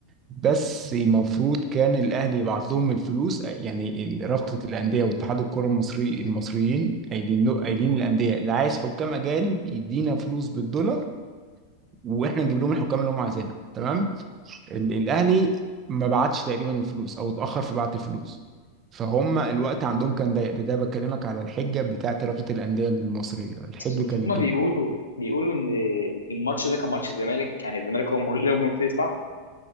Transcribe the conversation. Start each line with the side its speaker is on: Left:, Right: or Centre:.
Right: بس المفروض كان الاهلي يبعت لهم الفلوس يعني ال- رابطه الانديه واتحاد الكره المصري المصريين قايلين له قايلين للانديه اللي عايز حكام اجانب يدينا فلوس بالدولار واحنا نجيب لهم الحكام اللي هم عايزينها تمام ال- الاهلي ما بعتش تقريبا الفلوس او اتاخر في بعت الفلوس فهم الوقت عندهم كان ضيق ده, ده بكلمك على الحجه بتاعت رابطه الانديه المصريه الحجه
Left: بس مش
Right: كانت
Left: هما بيقولوا
Right: كده
Left: بيقولوا ان الماتش ده كان ماتش الزمالك يعني الزمالك هو اللي هو المفروض يدفع